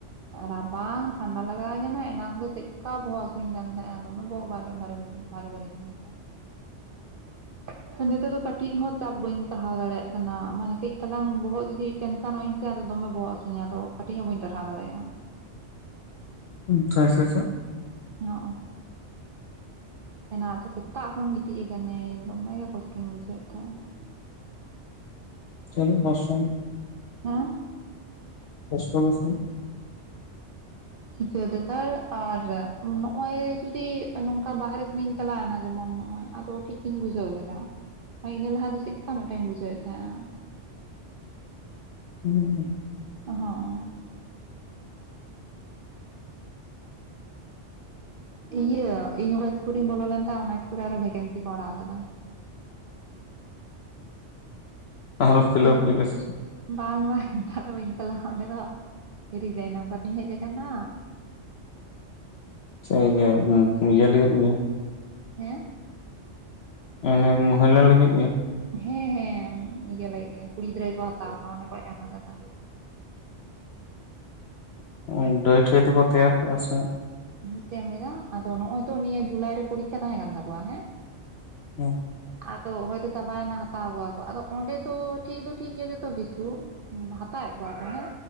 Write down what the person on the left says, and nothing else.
ᱪᱷᱟ ᱪᱷᱟ ᱪᱷᱟ
ᱪᱮᱜ ᱱᱟᱜ ᱠᱚᱥᱴᱚ?
ᱠᱚᱥᱴᱚ ᱜᱮ ᱥᱮ
<inaudible>
ᱟᱨ ᱯᱷᱤᱞᱟᱹᱯ
ᱞᱤᱠᱟᱥ
<unintelligible>
ᱚᱱᱮᱢ <unintelligible> ᱞᱟᱹᱜᱤᱫ ᱜᱮ
ᱦᱚᱜᱚᱭ ᱰᱟᱦᱤ ᱴᱷᱟᱹᱭ ᱫᱚᱠᱚ ᱛᱮᱭᱟᱨ ᱠᱟᱜᱼᱟ ᱥᱮ ᱵᱟ?
ᱦᱮᱸ